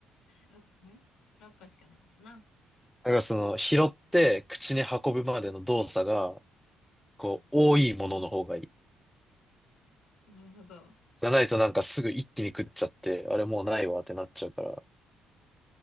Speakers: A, on the left (about 65°); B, in the centre.
A: 6、ん ?6 個しかないもんな。
B: からその、拾って口に運ぶまでの動作が、
A: うん。
B: こう、多いものの方がいい。
A: なるほど。
B: じゃないとなんかすぐ一気に食っちゃって、あれもうないわってなっちゃうから。